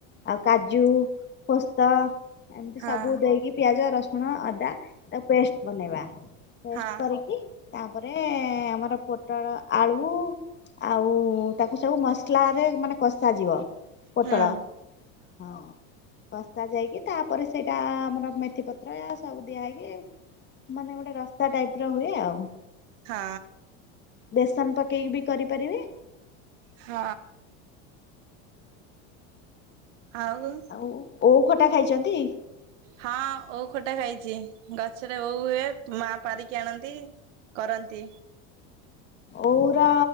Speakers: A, on the left; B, on the right.
A: ଆଉ କାଜୁ ପୋସ୍ତ ଏମିତି
B: ହଁ
A: ସବୁ ଦେଇକି ପିଆଜ ରସୁଣ ଅଦା ତା ପେଷ୍ଟ ବନେଇବା ପେଷ୍ଟ
B: ହଁ
A: କରିକି ତାପରେ ଆମର ପୋଟଳ ଆଳୁ ଆଉ ତାକୁ ସବୁ ମସଲାରେ ମାନେ କଷା ଯିବ। ପୋଟଳ
B: ହୁଁ
A: ହଁ। ବସ୍ତା ଯାଇକି ତାପରେ ସେଇଟା ଆମର ମେଥି ପତ୍ର ସବୁ ଦିଆ ହେଇକି ମାନେ ଗୋଟେ ରାସ୍ତା ଟାଇପର ହୁଏ ଆଉ
B: ହଁ।
A: ବେସନ ପକେଇକି ବି କରି ପାରିବେ।
B: ହଁ। ଆଉ
A: ଆଉ ଓଉ ଖଟା ଖାଇଛନ୍ତି?
B: ହଁ ଓଉ ଖଟା ଖାଇଛି ଗଛରେ ଓଉ ହୁଏ ମା ପାରିକି ଆଣନ୍ତି କରନ୍ତି।
A: ଓଉର